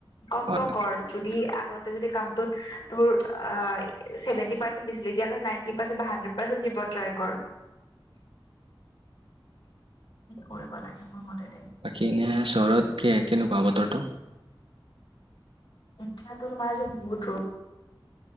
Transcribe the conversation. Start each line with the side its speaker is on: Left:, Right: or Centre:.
Left: কষ্টকৰ
Right: হয়
Left: যদি আগতে যদি কামটোত তোৰ আঁ ছেভেণ্টি পাৰ্চেণ্ট দিছিলে এতিয়া ত' নাইণ্টি পাৰ্চেণ্ট বা হাণ্ড্ৰেড পাৰ্চেণ্ট দিব ট্ৰাই কৰ। কৰিব লাগে মোৰ মতে দেই।
Right: বাকী এনে চহৰত কে কেনেকুৱা বতৰটো?
Left: এতিয়াতো তোমাৰ যে বহুত ৰ'দ।